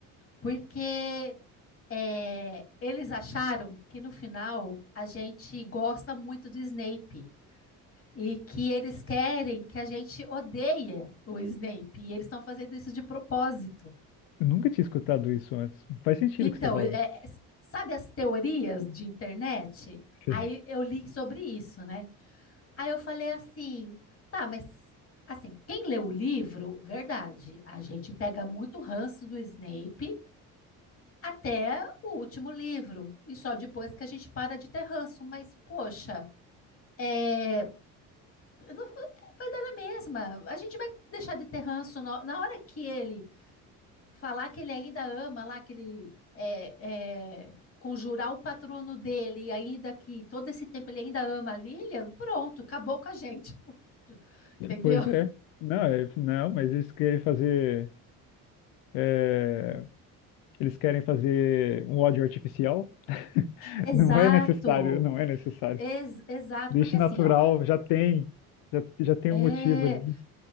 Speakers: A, on the left; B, on the left.
A: porque eh, eles acharam que no final a gente gosta muito do Snape e que eles querem que a gente odeie o Snape, e eles estão fazendo isso de propósito.
B: Eu nunca tinha escutado isso antes. Faz sentido
A: Então,
B: o que você tá falando.
A: é, sabe as teorias de internet?
B: <laughs>
A: Aí eu li sobre isso, né? Aí eu falei assim, tá, mas assim, quem lê o livro, verdade, a gente pega muito ranço do Snape até o último livro, e só depois que a gente para de ter ranço, mas poxa, é, não- vai dar na mesma. A gente vai deixar de ter ranço na, na hora que ele Falar que ele ainda ama lá, que ele é, é, conjurar o patrono dele, e ainda que todo esse tempo ele ainda ama a Lilian, pronto, acabou com a gente, <laughs> entendeu?
B: Pois é. Não, é- não, mas eles querem fazer. é, eles querem fazer um ódio artificial. <laughs>
A: Exato.
B: Não é necessário, não é necessário.
A: Ex- exato,
B: Deixe
A: porque assim,
B: natural,
A: ó,
B: já tem, já, já tem
A: é,
B: um motivo ali.